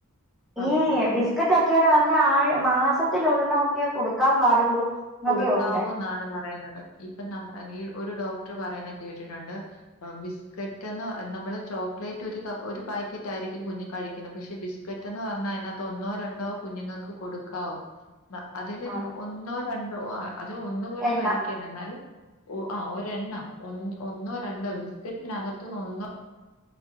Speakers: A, on the left (about 85°); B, in the centre.
A: പറഞ്ഞു
B: ഈ ഇതൊക്കെ ന്ന് പറഞ്ഞാൽ ആഴ മാസത്തിലോരെണ്ണം ഒക്കെ കൊടുക്കാൻ പാടുള്ളൂ എന്നൊക്കെ
A: കൊടുക്കാവൂ
B: ഉണ്ട്
A: എന്നാണ് പറയുന്നത് ഇപ്പം ന ഈ ഒരു ഡോക്ടർ പറയണ കേട്ടിട്ടുണ്ട് ബിസ്ക്കറ്റ്ന്ന് നമ്മള് ചോക്ലേറ്റ് ഒരു ഒരു പാക്കറ്റായിരിക്കും കുഞ് കഴിക്കുന്നത് പക്ഷെ ബിസ് ബിസ്ക്കെറ്റെന്ന് പറഞ്ഞാൽ അതിനകത്ത് ഒന്നോ രണ്ടോ കുഞ്ഞുങ്ങക്ക് കൊടുക്കാവൂ അതില്
B: അത്
A: ഒന്നോ രണ്ടോ അതോ ഒന്ന്പോലും
B: എണ്ണ
A: കഴിക്കരുത് എന്നാലും ഒരെണ്ണം ഒന്നോ രണ്ടോ ബിസ്ക്കറ്റിനകത്തുന്ന് ഒന്നോ